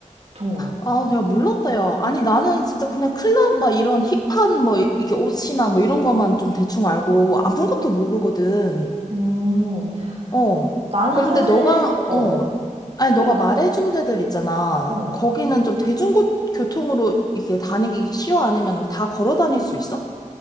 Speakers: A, on the right; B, on the left.
A: 정말.
B: 아, 내가 몰랐다, 야. 아니, 나는 진짜 그냥 클럽, 막 이런 힙한, 뭐, 이렇게 옷이나 뭐 이런 것만 좀 대충 알고 아무것도 모르거든.
A: 음.
B: 어.
A: 나는
B: 그런데
A: 사실
B: 너가,
A: 어.
B: 어. 아니, 너가
A: 그래.
B: 말해준 데들 있잖아.
A: 어.
B: 거기는 좀 대중교통으로 이게 다니기 쉬워? 아니면 다 걸어 다닐 수 있어?